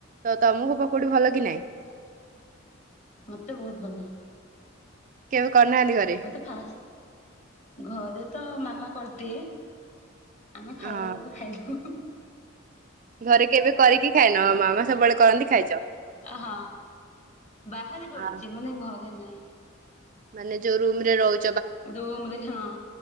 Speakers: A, on the right; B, on the left.
A: ତ ତମକୁ ପକୁଡି ଭଲ କି ନାଇଁ?
B: ମତେ ବହୁତ୍ ଭଲ।
A: କେବେ କରିନାହାନ୍ତି ଘରେ?
B: ତ ଫାଷ୍ଟ୍, ଘରେ ତ ମାମା କରିଦିଏ। ଆମେ ଖାଇବା
A: ହଁ
B: ଲୋକେ ଖାଇଦଉ।
A: ଘରେ କେବେ କରିକି ଖାଇନ ମାମା ସବୁବେଳେ କରନ୍ତି ଖାଇଚ।
B: ହଁ ବାହାରେ କରୁଛି
A: ଆ
B: ମାନେ ଘରେ ନାହିଁ।
A: ମାନେ ଯୋଉ ରୁମ୍ ରେ ରହୁ
B: ରୁମ୍ ରେ ହଁ,